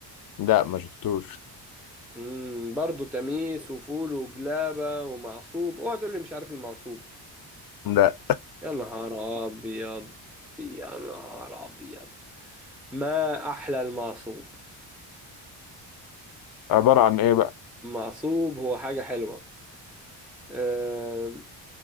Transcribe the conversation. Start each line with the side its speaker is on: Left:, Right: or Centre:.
Left: لا ما شفتوش
Centre: امم برضو تميس وفول وجلابه ومعصوب اوعى تقول لي مش عارف المعصوب
Left: لا
Centre: يا نهار ابيض يا نهار ابيض ما احلى المعصوب
Left: عبارة عن إيه بقى
Centre: المعصوب هو حاجه حلوه أم،